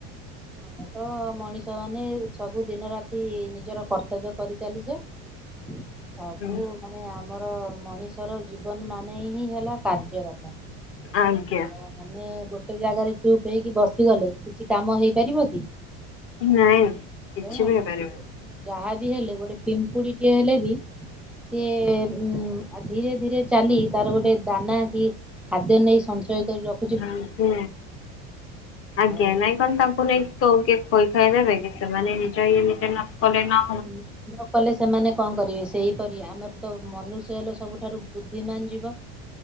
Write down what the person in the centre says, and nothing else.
ଆମେ ତ ମଣିଷ ମାନେ ସବୁ ଦିନ ରାତି ନିଜର କର୍ତ୍ତବ୍ୟ କରିଚାଲିଛେ। ସବୁ
ମାନେ ଆମର ମଣିଷର ଜୀବନ ମାନ ହିଁ ହେଲା କାର୍ଯ୍ୟରତ
ଆଉ ଆମେ ଗୋଟେ ଜାଗାରେ ଚୁପ ହେଇକି ବସିଗଲେ କିଛି କାମ ହେଇପାରିବ କି?
ଆମ
ଯାହା ବି ହେଲେ ଗୋଟେ ପିମ୍ପୁଡି ଟେ ହେଲେ ବି ସେି ଉ ଧୀରେ ଧୀରେ ଚାଲି ତାର ଗୋଟେ ଦାନା କି ଖାଦ୍ୟ ନେଇ ସଞ୍ଚୟ କରି ରଖ
ଆଉ
<inaudible> କଲେ ସେମାନେ କଣ କରିବେ ସେଇପରି ଆମର ତ ମନୁଷ୍ୟ ହେଲେ ସବୁଠାରୁ ବୁଦ୍ଧିମାନ ଯିବ।